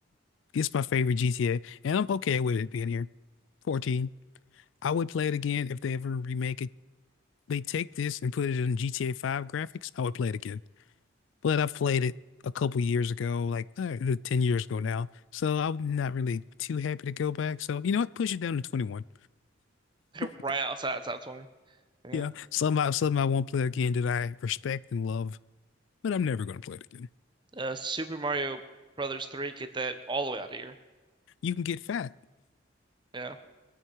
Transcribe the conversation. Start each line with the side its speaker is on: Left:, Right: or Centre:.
Left: it's my favorite GTA, and I'm okay with it being here. 14. I would play it again if they ever remake it they take this and put it in GTA 5 graphics, I would play it again. But I played it a couple years ago, like uh, 10 years ago now. So I'm not really too happy to go back. So, you know what? Push it down to 21.
Right: <laughs>
Left: <laughs>
Right: Right outside of top 20. Yeah.
Left: Yeah, somehow, somehow I won't play again that I respect and love, but I'm never going to play it again.
Right: Uh, Super Mario Brothers 3, get that all the way out of here.
Left: You can get fat.
Right: Yeah.